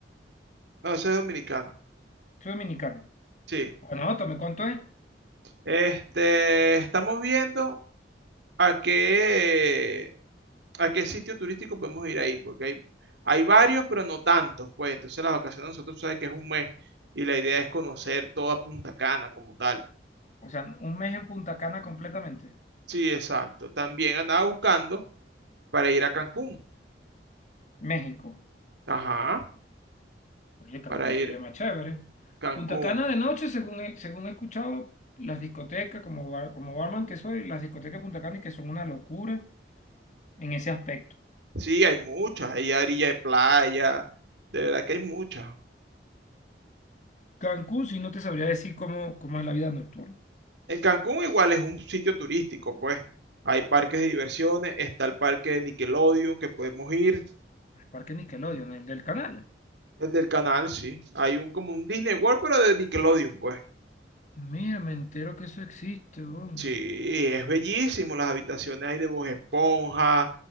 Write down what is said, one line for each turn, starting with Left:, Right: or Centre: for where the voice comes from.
Right: No, eso es dominicana.
Left: Soy dominicana.
Right: Sí.
Left: Bueno, ótame, ¿cuánto es?
Right: Este, estamos viendo a qué ¿A qué sitio turístico podemos ir ahí? Porque hay, hay varios, pero no tantos, pues. Entonces las vacaciones nosotros sabes que es un mes y la idea es conocer toda Punta Cana como tal.
Left: O sea, un mes en Punta Cana completamente.
Right: Sí, exacto. También andaba buscando para ir a Cancún.
Left: México.
Right: Ajá,
Left: Oye, Cancún
Right: para ir
Left: se oye
Right: a
Left: más chévere.
Right: Cancún.
Left: Punta Cana de noche, según he, según he escuchado, las discotecas, como, bar- como barman que soy, las discotecas de Punta Cana y que son una locura en ese aspecto.
Right: Sí, hay muchas. Hay orilla de playa. De verdad que hay muchas.
Left: Cancún, si no te sabría decir cómo, cómo es la vida nocturna.
Right: En Cancún igual es un sitio turístico, pues. Hay parques de diversiones, está el parque de Nickelodeon que podemos ir.
Left: El parque Nickelodeon, el del canal.
Right: El del canal, sí. Hay un como un Disney World, pero de Nickelodeon, pues.
Left: Mira, me entero que eso existe, weón.
Right: Sí, es bellísimo. Las habitaciones hay de Bob Esponja,